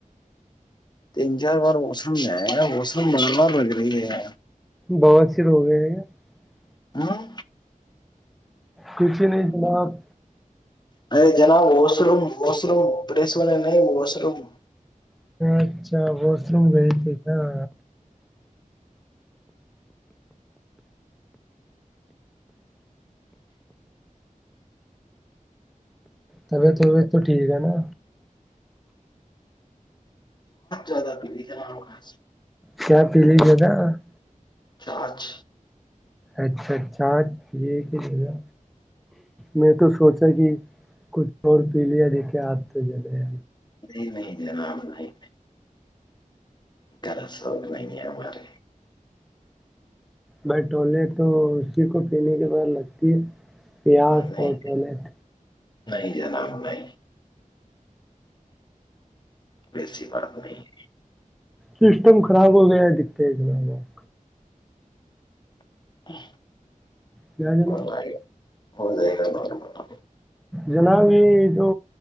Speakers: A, on the left; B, in the centre.
A: تین چار بار موسم ہے موسم بار بار لگ رہی ہے <unintelligible>
B: بہت سر ہو گئے ہیں کیا <unintelligible>
A: ہاں <unintelligible>
B: کچھ نہیں جناب <unintelligible>
A: ارے جناب وہوم وہوم پریس وال نہیں وہسروم <unintelligible>
B: اچھا واس روم گئی تھی کیا <unintelligible> طبیعت وبیعت تو ٹھیک ہے نا
A: ات <unintelligible>
B: کیا پیلی ہے نا <unintelligible>
A: چاچ
B: اچھا اچ چا آج یہگا میں تو سوچا کہ کچھ اور پی لیا دیکھے آپ تو جلے
A: نہیں نہیں ن <unintelligible> گرا سوق نہیں ہے ہمارے
B: بائی ٹوولے تو اسی کو پینے کے بعد لگتی ہے پیاز
A: نہیں
B: اور ٹلیٹ
A: نہیں نہیں <unintelligible> بسی بات نہیں <unintelligible>
B: سسٹم خراب ہو گیا ہے دکھتے ہےتنا لوگ
A: <unintelligible>
B: کیا جناب
A: ہو جائے گا <unintelligible>
B: جناب یہ جو